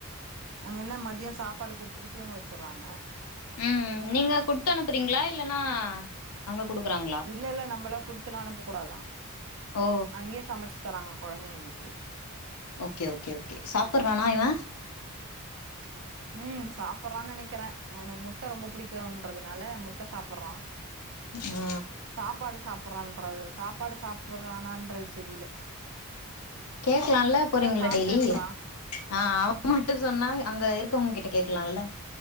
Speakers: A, on the right (about 65°); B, on the left (about 80°).
A: அங்க என்ன மதியம் சாப்பாடு குடுத்துட்டு தூங்க வச்சிறாங்க
B: உம் நீங்க குடுத்து அனுப்புறீங்களா இல்லன்னா அங்க குடுக்குறாங்களா
A: இல்ல இல்ல நம்மளாம் குடுத்துலாம் அனுப்ப கூடாதான்
B: ஓ
A: அங்கேயே சமைச்சு தராங்க குழந்தைங்களுக்கு
B: ஓகே ஓகே ஓகே சாப்புட்றானா இவ
A: உம் சாப்படுறான்னு நினைக்கிறேன் அவனக்கு முட்டை ரொம்ப பிடிக்கும்ன்றதுனால மு சாப்பிடுறன்
B: ஆ
A: சாப்பாடு சாப்பற சாப்பாடு சா போடுறானன்றது தெரியல
B: கேக்கலாம்ல போறீங்களா
A: சாப்ட்டேன்றா
B: டெய்லி ஆஹ் அவன் மட்டும் சொன்னா அங்க இருக்கவங்க கிட்ட கேக்கலாம்ல